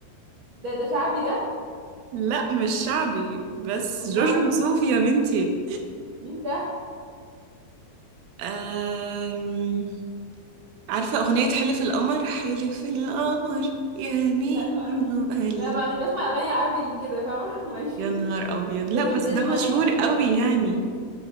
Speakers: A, on the right (about 45°); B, on the right (about 80°).
A: ده ده شعبي ده
B: <laughs> لا مش شعبي بس
A: امال
B: جورج وسوف يا بنتي
A: مين ده
B: أم... عارفة أغنية حلف القمر حلف القمر يمين
A: لا معرفش
B: وقلب
A: لا ما مش بسمع اغاني عربي كده فاهمه <laughs> ماليش فيها
B: يا نهار أبيض
A: لازم
B: لا بس
A: لازم
B: ده
A: اغاني
B: مشهور قوي
A: هيك
B: يعني